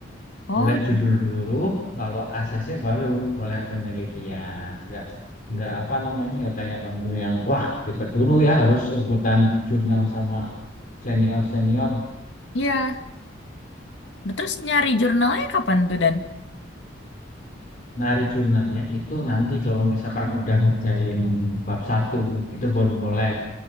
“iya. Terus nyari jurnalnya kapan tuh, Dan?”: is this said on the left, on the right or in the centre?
Left